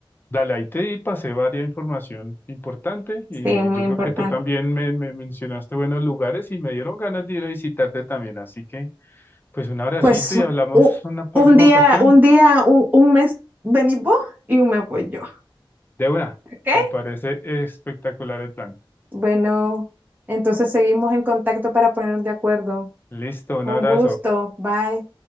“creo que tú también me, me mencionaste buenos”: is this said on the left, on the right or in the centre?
Left